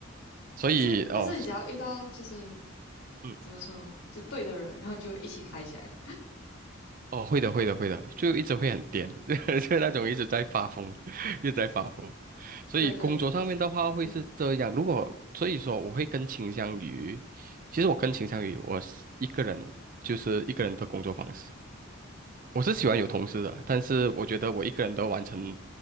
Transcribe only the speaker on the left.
但是但是你只要遇到就是
怎么说，就对的人，然后就一起嗨起来。
对对对，嗯，